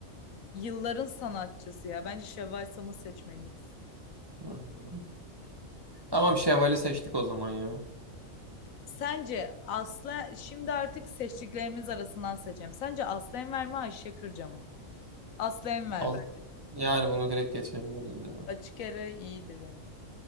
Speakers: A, on the left (about 85°); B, on the right (about 20°).
A: yılların sanatçısı ya. Bence Şevval Sam'ı seçmeliyiz.
B: Hı. Tamam şevali seçtik o zaman ya.
A: Sence Aslı şimdi artık seçtiklerimiz arasından seçeceğim. Sence Aslı Enver mi Ayşe Kırca mı? Aslı Enver
B: Al-
A: ben.
B: Yani bunu direkt geçebiliriz ya.
A: Açık ara iyidir yani.